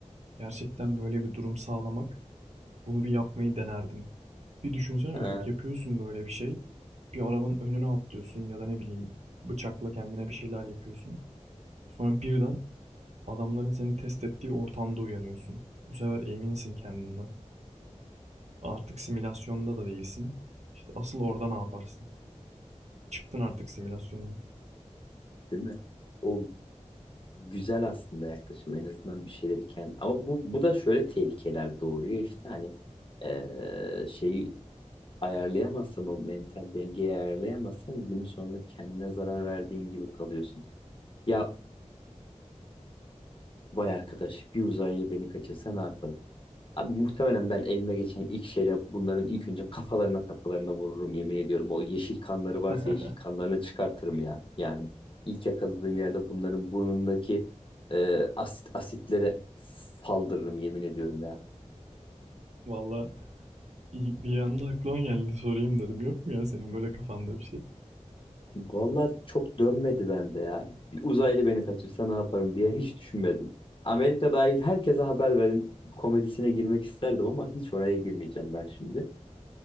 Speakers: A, on the right; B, on the left.
A: gerçekten böyle bir durum sağlamak bunu bir yapmayı denerdim. Bir düşünsene,
B: Ee,
A: yapıyorsun böyle bir şey. Bir arabanın önüne atlıyorsun ya da ne bileyim bıçakla kendine bir şeyler yapıyorsun. Sonra birden adamların seni test ettiği ortamda uyanıyorsun. Bu sefer eminsin kendinden. Artık simülasyonda da değilsin. İşte asıl orada ne yaparsın? Çıktın artık simülasyonun.
B: Değil mi? O güzel aslında yaklaşım en azından bir şeyleri kendi ama bu bu da şöyle tehlikeler doğuruyor işte hani eee, şeyi ayarlayamazsan o mental dengeyi ayarlayamazsan günün sonunda kendine zarar verdiğin gibi kalıyorsun. Ya vay arkadaş bir uzaylı beni kaçırsa ne yaparım? Abi muhtemelen ben elime geçen ilk şeyle bunların ilk önce kafalarına kafalarına vururum yemin ediyorum. O yeşil kanları varsa
A: <laughs>
B: yeşil kanlarını çıkartırım ya. Yani ilk yakaladığım yerde bunların burnundaki e, asit asitlere saldırırım yemin ediyorum ya.
A: Valla bir anda aklıma geldi sorayım dedim. Yok mu ya senin böyle kafanda bir şey?
B: Vallahi çok dönmedi bende ya. Bir uzaylı beni kaçırsa ne yaparım diye hiç düşünmedim. Amerika dahil herkese haber verin komedisine girmek isterdim ama hiç oraya girmeyeceğim ben şimdi.